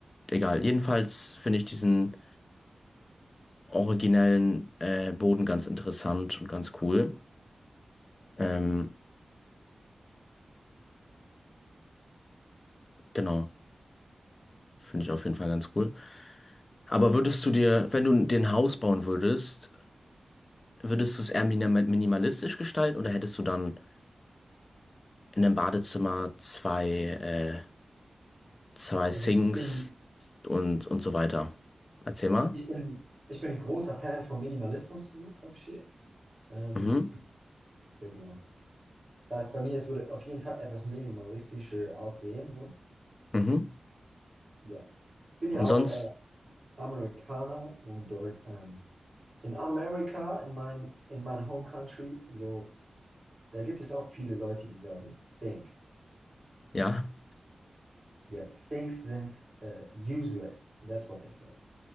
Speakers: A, on the left; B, on the right.
A: egal. Jedenfalls finde ich diesen originellen äh, Boden ganz interessant und ganz cool. Ähm, genau. Finde ich auf jeden Fall ganz cool. Aber würdest du dir, wenn du dir ein Haus bauen würdest, würdest du es eher minima- minimalistisch gestalten oder hättest du dann in einem Badezimmer zwei, äh, zwei
B: Also
A: Sinks
B: ich bin,
A: und, und so weiter? Erzähl mal.
B: ich bin, ich bin großer Fan von Minimalismus, so Type Shit. Ähm,
A: Mhm.
B: ja, genau. Das heißt, bei mir, es würde auf jeden Fall etwas minimalistischer aussehen. So.
A: Mhm.
B: Ja. Ich bin
A: Und
B: ja
A: sonst,
B: auch äh, Amerikaner und dort ähm, in Amerika, in mein, in mein Home Country, so, da gibt es auch viele Leute, die sagen Sink.
A: ja,
B: Yeah, sinks sind äh, useless. That's what they say.